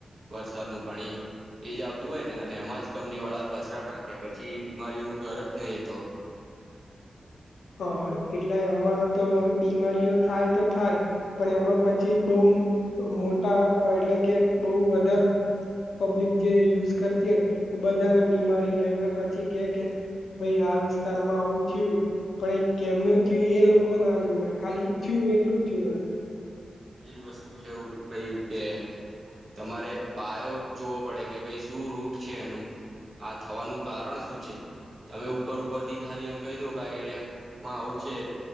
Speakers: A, on the right; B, on the left.
A: વરસાદનું પાણી એ જ આવતું હોય ને અને એમાં જ કંપની વાળા કચરા નાખે પછી એ બીમારીઓનું ું ઘર જ નહીતો
B: હ એટલે આમાં તો બીમારીઓ થાય તો થાય. પણ એમાં પછી બઉુ મોટા એટલે કે બહ વધારે પબ્લિક જે યુઝ કરતી હો એ બધાને બીમારી જાય એના પછી કે- કે ભાઈ આ વિસ્તારમાં આવું થયું. પણ એ કેમનું જોયું એ લોકો ના જુવે ખાલી થયું એટલું જ જોુવે.
A: એવી વસ્તુ છે ભાઈ કે તમારે પાયો જોવો પડે કે ભાઈ શું રૂટ છે એનું આ થવાનું કારણ શું છે. તમે ઉપર ઉપર થી ખાલી એમ કઈ દો કે આ એરિયામાં આવું છે.